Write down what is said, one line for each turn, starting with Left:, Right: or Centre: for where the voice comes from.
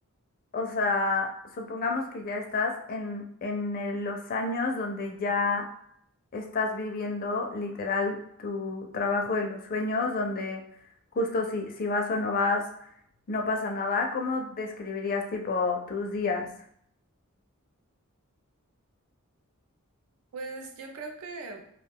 Left: O sea, supongamos que ya estás en, en el- los años donde ya estás viviendo literal tu trabajo de los sueños, donde justo si, si vas o no vas, no pasa nada. ¿Cómo describirías tipo tus días?
Right: Pues yo creo que